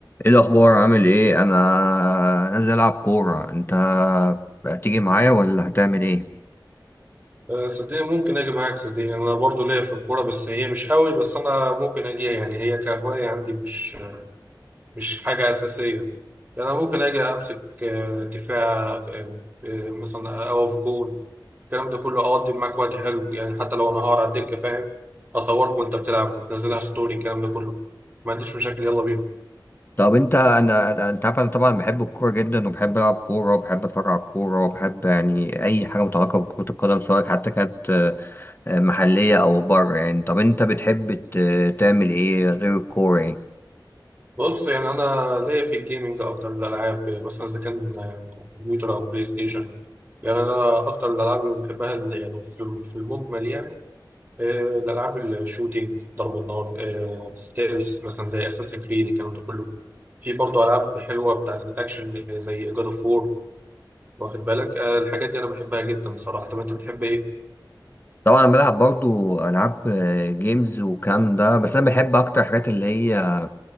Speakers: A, on the left (about 25°); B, on the right (about 25°).
A: ايه الاخبار عامل ايه انا نازل العب كوره انت هتيجي معايا ولا هتعمل ايه
B: آه، صدقني ممكن اجي معاك صدقني انا برضو ليا في الكوره بس هي مش قوي بس انا ممكن اجيها يعني هي كهوايه عندي مش مش حاجه اساسيه يعني انا ممكن اجي امسك آه، دفاع آه، آه، مثلا اقف جون الكلام ده كله اقضي معاك وقت حلو يعني حتى لو انا هقعد على الدكه فاهم اصورك وانت بتلعب وتنزلها ستوري الكلام ده كله ما عنديش مشاكل يلا بينا
A: طب انت انا أنا- انت عارف انا طبعا بحب الكوره جدا وبحب العب كوره وبحب اتفرج على الكوره وبحب يعني اي حاجه متعلقه بكره القدم سواء حتى كانت آه، محليه او بره يعني طب انت بتحب ت- تعمل ايه غير الكوره يعني
B: بص يعني انا ليا في الجيمنج اكتر من الالعاب مثلا اذا كان كمبيوتر او بلاي ستيشن يعني انا اكتر الالعاب اللي بحبها اللي يعني في في المجمل يعني آه، الالعاب الشوتينج ضرب النار آه، ستيلز مثلا زي اساسن كريد الكلام ده كله في برضه العاب حلوه بتاعت الاكشن آه، زي جاد اوف وور واخد بالك آه، الحاجات دي انا بحبها جدا صراحه طب انت بتحب ايه؟
A: طبعا انا بلعب برضو العاب جيمز والكلام ده بس انا بحب اكتر حاجات اللي هي